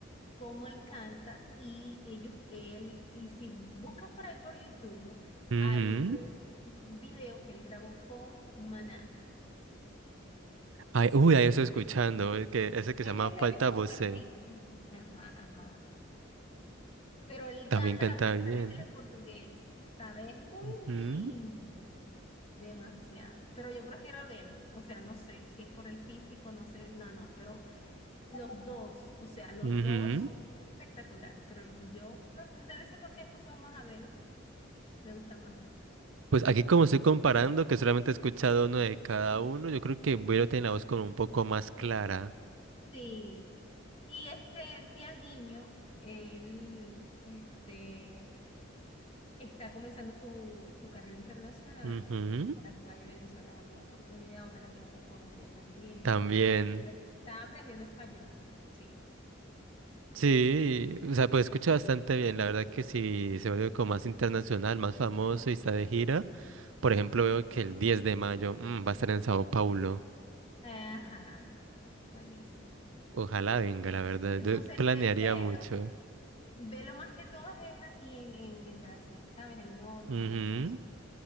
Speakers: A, on the left (about 30°); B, on the right (about 75°).
A: cómo él canta y ellos, él, y si buscas por ahí por YouTube,
B: Ujú.
A: hay un un video que él grabó con Maná.
B: Ay, uy, ahí estoy escuchando. eh, Que ese que
A: Creo
B: se llama
A: que es
B: Falta
A: labios compartidos.
B: Voce.
A: Ajá, ajá. Pero él
B: También
A: canta
B: canta
A: la parte
B: bien.
A: de él en portugués, ¿sabes? Es muy
B: Ujú,
A: lindo, demasiado. Pero yo prefiero a Velo, o sea, no sé si es por el físico, no sé, no, no, pero los dos, o sea, los
B: ujú.
A: dos son espectaculares, pero yo, no, debe ser porque he escuchado más a Velo, me gusta más Velo.
B: Pues aquí como estoy comparando, que solamente he escuchado uno de cada uno, yo creo que Vero tiene la voz como un poco más clara.
A: Sí. Y este Tiaguinho, él, este... Está comenzando su, su carrera internacional.
B: Ujú,
A: Ojalá que vaya a Venezuela en alguna oportunidad, ojalá que vaya a Colombia también,
B: También.
A: ¿sabes? Pero está aprendiendo español, sí.
B: Sí, o sea, pues escucha bastante bien. La verdad que sí se vuelve como más internacional, más famoso y está de gira.
A: Mm.
B: Por ejemplo, veo que el 10 de mayo mm, va a estar en Sao Paulo.
A: Ajá, buenísimo.
B: Ojalá venga, la verdad.
A: Entonces,
B: Yo planearía
A: el velo,
B: mucho.
A: velo más que todo es aquí en, en, en Brasil, ¿sabes? Él no, no
B: Ujú,
A: ha lanzado su...